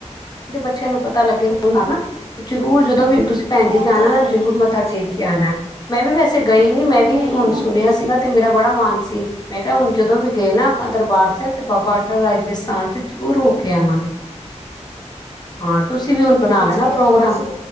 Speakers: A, on the left; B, on the right.
A: ਤੇ ਬੱਚਿਆਂ ਨੂੰ ਪਤਾ ਲੱਗੇ ਹੁੰਦਾ ਨਾ ਤੇ ਜਰੂਰ ਜਦੋਂ ਵੀ ਤੁਸੀਂ ਭੈਣ ਜੀ
B: ਇਹ
A: ਜਾਣਾ
B: ਤਾਂ
A: ਨਾ
B: ਹੈ
A: ਜਰੂਰ
B: ਹੀ ਹਾਂਜੀ
A: ਮੱਥਾ ਟੇਕ ਕੇ ਆਣਾ ਮੈਂ ਵੀ ਵੈਸੇ ਗਈ ਨੀ ਮੈਂ ਵੀ
B: ਨਹੀਂ
A: ਹੁਣ ਸੁਣਿਆ
B: ਤੁਸੀਂ
A: ਸੀਗਾ ਤੇ ਮੇਰਾ ਬੜਾ ਮਨ ਮੈਂ ਕਿਹਾ ਹੁਣ ਜਦੋਂ ਵੀ ਗਏ ਨਾ ਆਪਾਂ ਦਰਬਾਰ ਸਾਹਿਬ ਤੇ ਬਾਬਾ ਅਟੱਲ ਰਾਜ ਦੇ ਸਥਾਨ ਤੇ ਜ਼ਰੂਰ ਹੋ ਹੋਕੇ ਆਵਾਂਗੇ। ਹਾਂ ਤੁਸੀਂ
B: ਨਹੀਂ
A: ਵੀ ਹੁਣ ਬਣਾ
B: ਭੈਣ
A: ਲੈਣਾ
B: ਜੀ ਇਹ
A: ਪ੍ਰੋਗਰਾਮ
B: ਤਾਂ ਤੁਸੀਂ